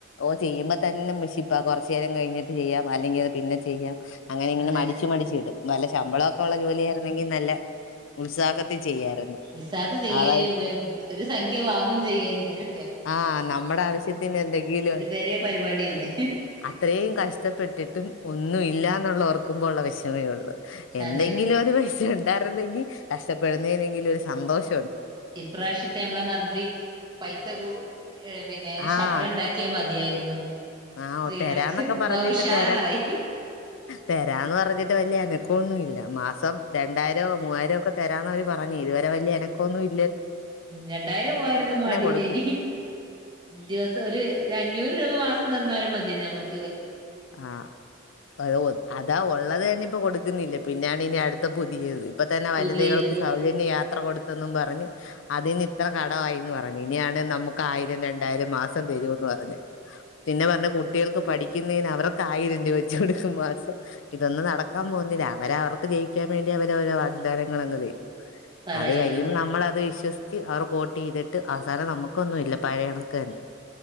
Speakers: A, on the left; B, on the right.
A: ഓഹ് ചെയ്യുമ്പൊ തന്നെ മുഷിപ്പ കൊർചേരം കഴിഞ്ഞിട്ട് ചെയ്യ അല്ലെങ്കി പിന്നെ ചെയ്യ അങ്ങനെ ഇങ്ങനെ
B: അതെ
A: മടിച്ച് മടിച്ച് ഇടും നല്ല ശമ്പളൊക്കോ ഉള്ള ജോലിയാരുന്നെങ്കി നല്ല ഉത്സാഹത്തിൽ ചെയ്യായിരുന്നു
B: ൽസാത് ചെയ്യേനി
A: അതായിപ്പോ
B: ഒരു സംഖ്യ വാങ്ങും ചെയ്യേന് ഇതിന്
A: ആഹ് നമ്മടെ ആവശ്യത്തിന് എന്തെങ്കിലും
B: വരെ പരിപാടിയല്ലേ
A: അത്രേം കഷ്ട്ടപെട്ടിട്ടും ഒന്നുല്ല അന്നൊള്ളു ഓർക്കുമ്പൊ ഒള്ള വെഷമേ ഉള്ളു എന്തെങ്കിലും
B: അതെ
A: ഒരു പൈസ ഒ ണ്ടായിരുന്നെങ്കി കഷ്ട്ട പ്പെടുന്നേനെങ്കിലും ഒരു സന്തോഷ
B: ഇപ്രാശ്യത്തെ മ്മളെ മന്ത്രി പൈസ് <unintelligible> ഏഹ് പിന്നേ ശമ്പളം
A: ആഹ്
B: ഇണ്ടാക്കിയ മ ത്തിയാരുന്നു
A: ആഹ്
B: സ്ത്രീകൾക്ക്
A: തരാന്നൊക്കെ പറഞ്ഞിട്ട്
B: ന്ന ഉഷാറായി
A: തരാ തരാന്ന് പറഞ്ഞിട്ട് വല്യ അനക്കൊന്നില്ല മാസം രണ്ടായിരോ മുവ്വായിരോ ക്കെ തരാന്നവര് പറഞ് ഇരുവെ വടെ വല്യ അനക്കൊന്നുൽ
B: രണ്ടായിരം മുവ്വായിരൊന്നും മാണ്ടീലേന്
A: കൊടുക്കും
B: ദിവസം ഓല് അഞ്ഞൂറ് രൂബ മാസം തന്നാലും മതിലേ ഞമ്മക്
A: ആഹ് അത് ഒ അതാ ഒള്ളത് തന്നെ ഇപ്പൊ കൊടുക്ക്ന്നില്ല പിന്നെയാണിനി അട് ത്ത പുതിയത് ഇപ്പൊ തന്നെ വയ്
B: പുതിയത്
A: <unintelligible> സ്ത്രീകൾക്ക് സൗജന്യ യാത്ര കൊടുത്തെന്നും പറഞ്ഞ് അതിന്ന് ഇത്ര കടവായിന്ന് പറഞ്ഞ് ഇനിയാണ് നമ്ക്ക് ആയിരം രണ്ടായിരം മാസം തരൂന്ന് പറഞ്ഞ് പിന്നെ പറഞ് കുട്ടിയേൾക്ക് പണി ക്കിന്നേന് അവർക്ക് ആയിരം രു ട്ക്കും മാസം ഇതൊന്നും നടക്കാപോവ് അവരാ അവർക്ക് ജയിക്കാൻ വേണ്ടി അവര് അവരെ വാക്ദാനങ്ങളങ്ങ് തരും
B: പറയൂ
A: അത് കഴിയുമ്പൊ
B: അതെ
A: നമ്മളത് വിശ്വസി അവർക്ക് ഓട്ടീതിട്ട് അവസാനം നമ്മ്ക്കൊന്നുല്ല പഴേ കണക്ക്ന്നെ